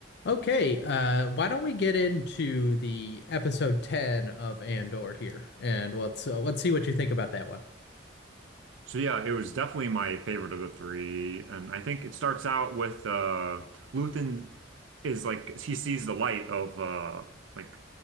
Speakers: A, on the left; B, on the right.
A: Okay, uh, why don't we get into the episode 10 of Andor here, and let's uh, let's see what you think about that one.
B: So yeah, it was definitely my favorite of the three, and I think it starts out with uh Luthen is like he sees the light of uh like